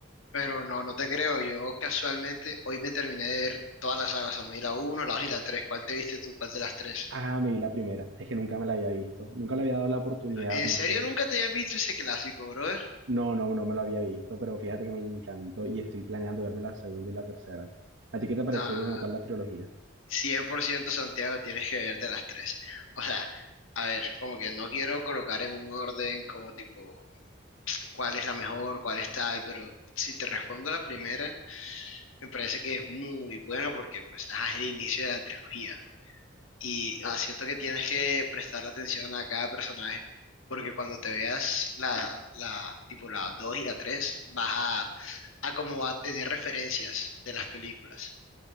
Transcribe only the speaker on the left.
Pero no, no te creo. Yo casualmente hoy me terminé de ver todas las sagas. A mí la uno la 2 y la tres ¿Cuál te viste tú? ¿Cuál de las tres?
¿En
serio
nunca te habías visto ese clásico, brother?
Nah,
cien por ciento Santiago, tienes que verte las tres. O sea, a ver, como que no quiero colocar en un orden como tipo cuál es la mejor, cuál es tal, pero si te respondo la primera, me parece que es muy buena porque pues ajá, es el inicio de la trilogía. Y ah, siento que tienes que prestarle atención a cada personaje, porque cuando te veas la, la, tipo la 2 y la 3 vas a, a como a tener referencias de las películas.